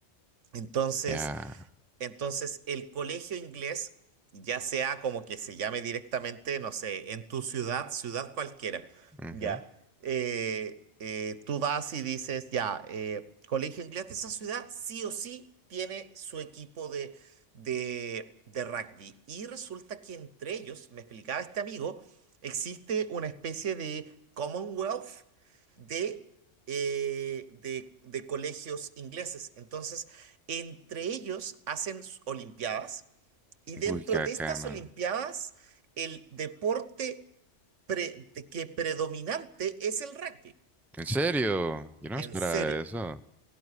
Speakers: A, on the right (about 85°); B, in the centre.
A: Entonces,
B: Ya.
A: entonces, el colegio inglés, ya sea como que se llame directamente, no sé, en tu ciudad, ciudad cualquiera,
B: ujú.
A: ya, eh, eh, tú vas y dices, ya, eh, colegio inglés de esa ciudad sí o sí tiene su equipo de, de, de rugby. Y resulta que entre ellos, me explicaba este amigo, existe una especie de Commonwealth de, eh, de, de colegios ingleses. Entonces, entre ellos hacen olimpiadas y dentro
B: Uy, qué
A: de
B: bacana.
A: estas olimpiadas el deporte pre- que predominante es el rugby,
B: ¿En serio? Yo no
A: en
B: me esperaba
A: serio.
B: eso.